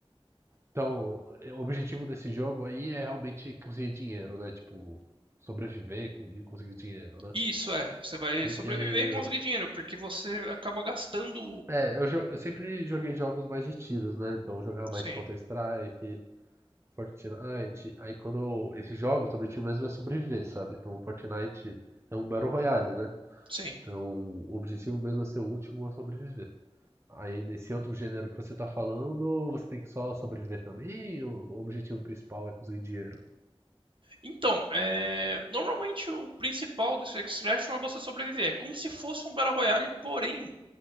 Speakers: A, on the right; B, on the right.
A: Então, é, o objetivo desse jogo aí é realmente conseguir dinheiro, né? Tipo, sobreviver e con- e conseguir dinheiro, né?
B: E Isso é, você vai
A: Porque,
B: sobreviver e conseguir dinheiro, porque você acaba gastando.
A: é, eu, jo- eu sempre joguei jogos mais de tiros, né? Então eu jogava mais
B: Sim,
A: Counter-Strike, Fortnite. Aí quando eu- esses jogos, o objetivo mesmo é sobreviver, sabe? Então Fortnite é um Battle Royale, né?
B: sim.
A: Então, o objetivo mesmo é ser o último a sobreviver. Aí, nesse outro gênero que você tá falando, você tem que só sobreviver também? ou O objetivo principal é conseguir dinheiro.
B: Então, é... normalmente o principal desse Extraction é você sobreviver. É como se fosse um Battle Royale, porém